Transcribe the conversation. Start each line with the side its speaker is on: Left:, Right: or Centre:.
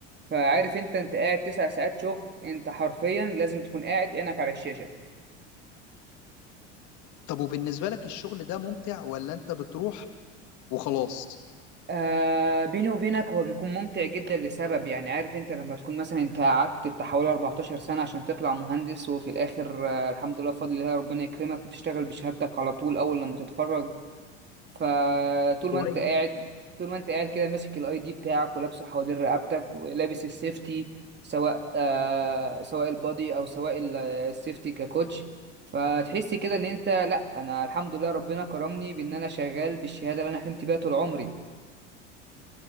Right: فعارف أنت أنت قاعد تسع ساعات شغل أنت حرفيا لازم تكون قاعد عينك على الشاشة
Left: طب وبالنسبة لك الشغل ده ممتع ولا انت بتروح وخلاص
Right: آه بيني وبينك هو بيكون ممتع جدا لسبب يعني عارف انت لما تكون مثلا انت قعدت بتاع حوالي 14 سنة عشان تطلع مهندس وفي الاخر آه الحمد لله بفضل الله ربنا يكرمك وتشتغل بشهادتك على طول اول لما تتخرج فطول
Left: كويس
Right: ما انت قاعد طول ما انت قاعد كده ماسك الاي دي بتاعك ولابسه حوالين رقبتك ولابس السيفتي سواء آه سواء البادي او سواء ال- السيفتي ككوتش فتحس كده ان انت لا انا الحمد لله ربنا كرمني بان انا شغال بالشهادة اللي انا حلمت بيها طول عمري